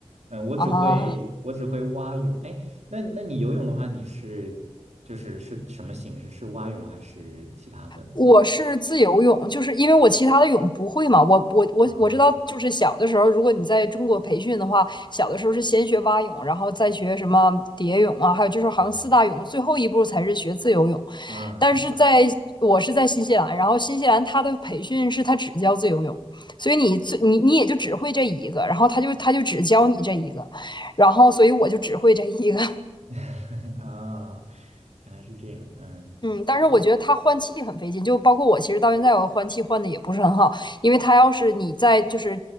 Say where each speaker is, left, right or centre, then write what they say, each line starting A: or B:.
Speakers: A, on the right (about 80°); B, on the left (about 40°).
A: 嗯，我只会我只会蛙泳。
B: 啊，
A: 哎，那那你游泳的话，你是就是是什么形式？是蛙泳还是其他的游泳？
B: 我是自由泳，就是因为我其他的泳不会嘛。我我我我知道，
A: 啊
B: 就是小的时候，如果你在中国培训的话，小的时候是先学蛙泳，然后再学什么蝶泳啊，还有就是好像四大泳，
A: 啊
B: 最后一步才是学自由泳。
A: 啊
B: 但是在我是在新西兰，然后新西兰它的培训是它只教自由泳，所以你最你你也就只会这一个，然后他就他就只教你这一个，然后所以我就只会这一个，
A: <laughs> 啊！原来是这样，嗯，
B: 嗯，
A: 是的，
B: 但是我觉得它换气很费劲，就包括我，其实到现在我换气换的也不是很好，因为它要是你在就是